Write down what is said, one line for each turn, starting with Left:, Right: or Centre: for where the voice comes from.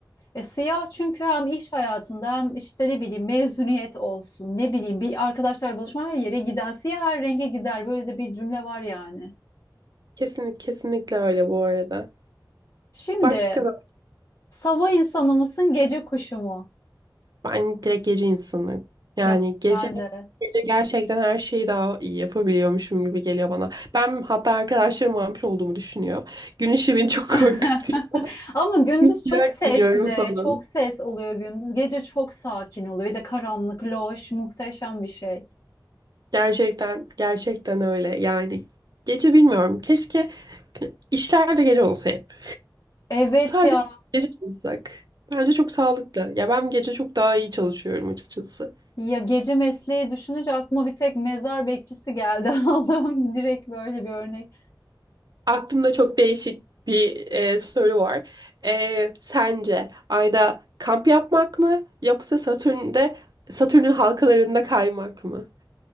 Left: E, siyah çünkü hem iş hayatında hem işte ne bileyim mezuniyet olsun ne bileyim bir arkadaşlar buluşma her yere giden siyah her renge gider böyle de bir cümle var yani.
Right: Kesinlikle, kesinlikle öyle bu arada.
Left: Şimdi
Right: Başka
Left: sabah insanı mısın gece kuşu mu?
Right: Ben direkt gece insanıyım. Yani
Left: Ya
Right: gece
Left: ben de.
Right: gece gerçekten her şeyi daha iyi yapabiliyormuşum gibi geliyor bana. Ben hatta arkadaşlarım vampir olduğumu düşünüyor. Gün ışığı beni çok
Left: <laughs>
Right: korkutuyor.
Left: Ama
Right: <laughs>
Left: gündüz
Right: Bir Siyah
Left: çok sesli,
Right: giyiniyorum falan.
Left: çok ses oluyor gündüz. Gece çok sakin oluyor. Bir de karanlık, loş, muhteşem bir şey.
Right: Gerçekten gerçekten öyle. Yani gece bilmiyorum. Keşke işler de gece olsa hep.
Left: Evet
Right: Sadece
Left: ya
Right: gece çalışsak. Bence çok sağlıklı. Ya ben gece çok daha iyi çalışıyorum açıkçası.
Left: Ya gece mesleği düşününce aklıma bir tek mezar bekçisi geldi. <laughs> Allah'ım direkt böyle bir örnek.
Right: Aklımda çok değişik bir e, soru var. E, sence Ay'da kamp yapmak mı yoksa Satürn'de Satürn'ün halkalarında kaymak mı?